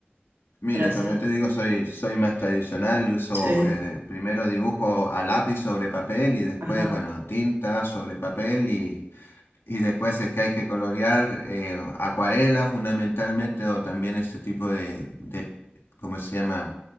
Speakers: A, on the left (about 85°); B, on the right (about 75°).
A: Mira,
B: para hacer.
A: como yo te digo, soy, soy más tradicional y uso
B: Sí,
A: eh, primero dibujo a lápiz sobre papel y después,
B: ajá,
A: bueno, tinta sobre papel y, Y después es que hay que colorear eh, acuarela fundamentalmente o también este tipo de, de ¿cómo se llama?